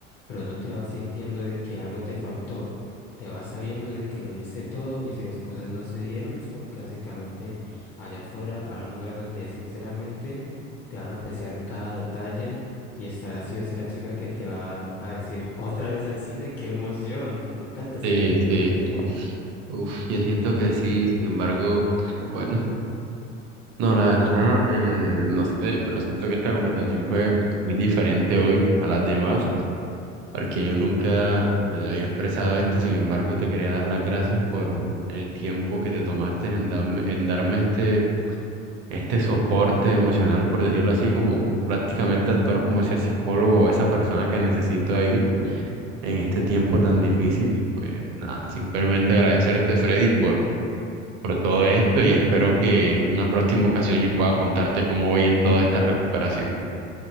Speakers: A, on the left; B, on the right.
A: pero no te vas sintiendo de que algo te faltó, te vas sabiendo de que lo diste todo y si las cosas no se dieron es porque básicamente allá afuera hará un lugar donde sinceramente te van a apreciar cada detalle y estará sí o sí la chica que te va a decir otra vez al cine, qué emoción, me encanta salir
B: Sí,
A: al cine
B: sí.
A: contigo.
B: Uf, yo siento que sí, sin embargo, <laughs> bueno, no, la verdad, eh, no sé, pero siento que esta conversación fue muy diferente hoy a las demás. porque
A: Sí.
B: yo nunca eh, había expresado esto, sin embargo, te quería dar las gracias por el tiempo que te tomaste en darme, en darme este, este soporte emocional, por decirlo así, como prácticamente actuar como ese psicólogo o esa persona que necesito
A: Ujú.
B: ahí en este tiempo tan difícil. Y pues nada, simplemente agradecerte, Freddy, por, por todo esto y espero que en una próxima ocasión yo pueda contarte cómo voy en toda esta recuperación.